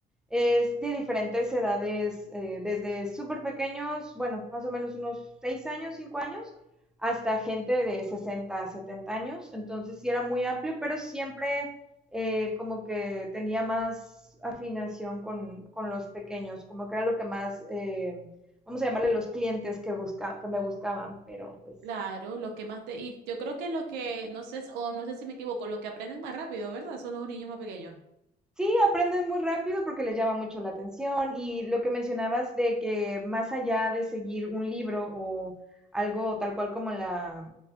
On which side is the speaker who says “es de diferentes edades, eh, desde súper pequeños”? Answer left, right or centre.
Centre